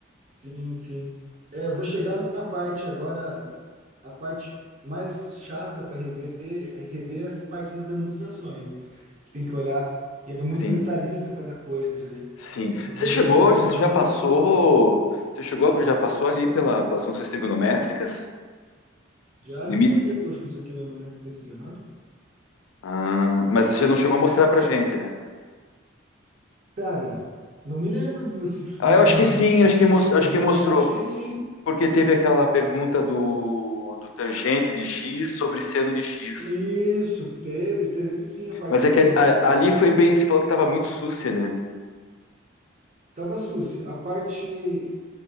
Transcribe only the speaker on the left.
Sim,
sim.
Você
chegou,
você já
passou,
você chegou, já passou ali pela, pelas funções trigonométricas,
limites.
Ah, mas você não chegou a mostrar pra gente, né?
Ah,
eu acho que sim,
acho que, mos-
acho
que mostrou,
porque teve aquela pergunta do, do tangente de x sobre seno de x.
Mas
é que a- ali
foi bem, você falou que estava muito sucia, né?